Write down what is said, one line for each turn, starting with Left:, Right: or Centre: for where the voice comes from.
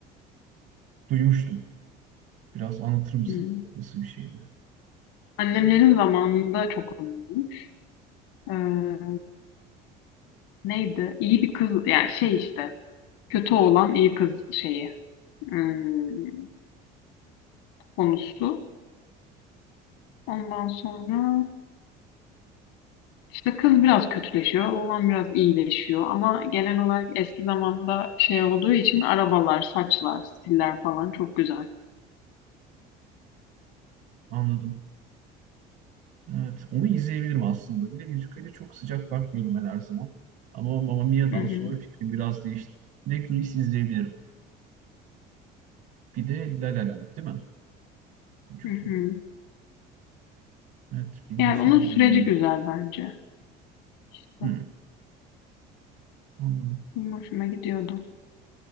Right: duymuştum. Biraz anlatır mısın?
Left: Hmm.
Right: Nasıl bir şeydi?
Left: Annemlerin zamanında çok ünlüymüş. Ee, Neydi? İyi bir kız yani şey işte kötü olan iyi kız şeyi hmm, konusu. Ondan sonra işte kız biraz kötüleşiyor, oğlan biraz iyileşiyor ama genel olarak eski zamanda şey olduğu için arabalar, saçlar, stiller falan çok güzel.
Right: Anladım. Evet. Onu izleyebilirim aslında. Bir de müzikale çok sıcak bakmıyordum ben her zaman. Ama Mamma Mia'dan
Left: Hı hı,
Right: sonra fikrim biraz değişti. Bir de Grease izleyebilirim. Bir de La La Land değil mi? Çok
Left: hı hı.
Right: iyi. Evet, benim
Left: Yani
Right: için
Left: onun
Right: iyi
Left: süreci
Right: öneride.
Left: güzel bence. İşte
Right: Hmm, anladım.
Left: benim hoşuma gidiyordu.